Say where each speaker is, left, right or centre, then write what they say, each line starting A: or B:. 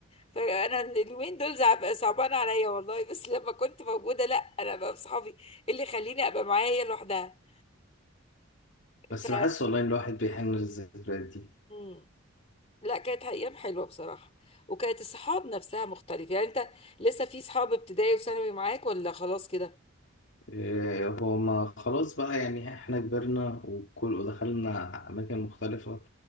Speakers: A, on the left; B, on the left.
A: فانا اليومين دول زعب- صعبان عليا والله بس لما كنت موجوده لا انا بقى بصحابي إيه اللي يخليني ابقى معايا هي لوحدها
B: <laughs> بس
A: ف
B: بحس والله إن الواحد بيحن للذكريات دي
A: مم. لا كانت ايام حلوه بصراحه وكانت الصحاب نفسها مختلفه يعني انت لسه في صحاب ابتدائي وثانوي معاك ولا خلاص كده
B: إيه، هو ما خلاص بقى يعني احنا كبرنا وكل ودخلنا أماكن مختلفة